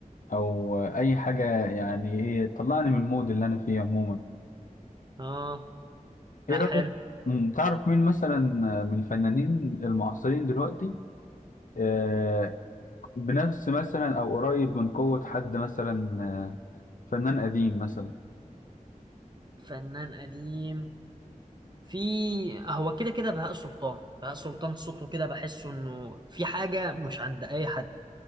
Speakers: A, on the left (about 70°); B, on the right (about 30°).
A: او اي حاجه يعني ايه تطلعني من المود اللي انا فيه عموما
B: اه لا
A: ايه رايك
B: حلو
A: مم، تعرف مين مثلا من الفنانين المعاصرين دلوقتي آه، بنفس مثلا او قريب من قوة حد مثلا آه، فنان قديم مثلا
B: فنان قديم في هو كده كده بهاء سلطان بهاء سلطان صوته كده بحسه انه في حاجة مش عند اي حد